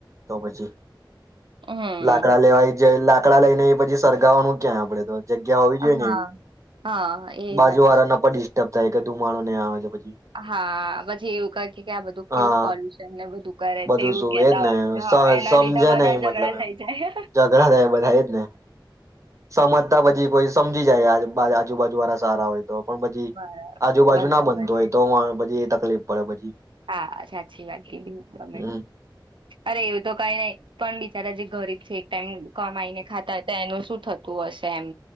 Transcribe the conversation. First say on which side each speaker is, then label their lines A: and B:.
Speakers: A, on the right; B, on the right.
A: તો પછી
B: હમ
A: લાકડા લેવાય જ લાક. આકડા લઈને એ પછી સ સરગાવવાનું ક્યાં આપડે તો. જગ્યા હોવી
B: હા
A: જોઈએ ને એવી
B: હા એ
A: બાજુ
B: વાત તો
A: વારાના
B: છે
A: પણ ડિસ્ટર્બ થાય. ધુમાણું ને આવે પછી છે.
B: હા પછી એવું ક કે આ બધું
A: હા
B: કેવું પોલ્યુશન ને બધું કરે
A: બધું
B: છે એવું
A: શું
B: કેતા.
A: એજ ને
B: હોય છે હા એના
A: સમજે
B: લીધે બધા
A: નહી મતલબ
B: ઝઘડા
A: એમ
B: થઈ જાય
A: ઝઘડા થ બધા જ ને સમજતા પછી કોઈ. સમજી જાય આજુ બાજુ વાળા સારા હોય. પણ પછી
B: હ
A: આજુબાજુ
B: બરાબર
A: ના બનતો હોય
B: છે
A: તો પછી. કલે બળ બજી.
B: હા સાચી વાત કીધી ગમે.
A: હમ
B: અરે એવું તો કઈ નહી પણ બિચારા જે ઘરે જ છે એક ટાઈમ. કમાઈને ખાતા હો તો એનું શું થતું. તું અસ એમ.